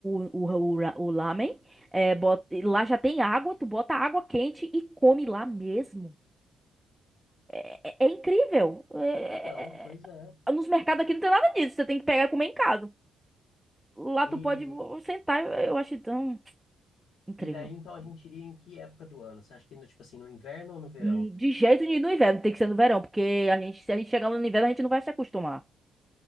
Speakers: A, in the centre; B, on the left.
A: o, o, o, ra- o lamen, eh, bota- e lá já tem água, tu bota água quente e come lá mesmo. É, é- é incrível. É- é-
B: é. Então,
A: é- é-
B: pois é.
A: é, nos mercados aqui não tem nada disso, você tem que pegar e comer em casa. Lá
B: E,
A: tu pode sentar, eu acho tão incrível.
B: e daí, então, a gente iria em que época do ano? Você acha que, no, tipo assim, no inverno ou no verão?
A: Hum, De jeito nenhum no inverno, tem que ser no verão, porque a gente, se a gente chegar lá no inverno, a gente não vai se acostumar.